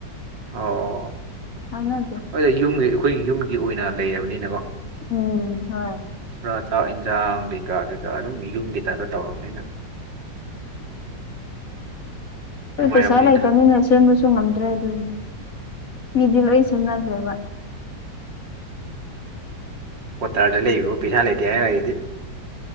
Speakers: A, on the right; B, on the left.
A: ꯑꯣ
B: <unintelligible>
A: ꯍꯣꯏꯗ ꯌꯨꯝꯒꯤ ꯑꯩꯈꯣꯏꯒꯤ ꯌꯨꯝꯒꯤ ꯑꯣꯏꯅ ꯂꯩꯔꯕꯅꯤꯅꯀꯣ
B: ꯎꯝ ꯍꯣꯏ
A: ꯄꯨꯔ ꯆꯥꯛ ꯏꯟꯁꯥꯡ ꯀꯩꯀꯥ ꯀꯩꯀꯥ ꯑꯗꯨꯝ ꯌꯨꯝꯒꯤ ꯇꯥꯏꯞꯇ ꯇꯧꯔꯃꯤꯅ
B: ꯍꯣꯏ
A: ꯅꯨꯡꯉꯥꯏꯔꯝꯅꯤꯗ
B: ꯄꯩꯁꯥ ꯂꯩꯇꯅꯤꯅ ꯁꯦꯝꯕꯁꯨ ꯉꯝꯗ꯭ꯔꯦ ꯑꯗꯨꯗꯨꯅꯤ ꯃꯤꯗꯤ ꯂꯣꯏ ꯁꯦꯝꯅꯗ꯭ꯔꯦꯕ
A: ꯀ꯭ꯋꯥꯇꯔꯗ ꯂꯩꯕꯕꯨ ꯄꯩꯁꯥ ꯂꯩꯇꯦ ꯍꯥꯏꯔꯒꯗꯤ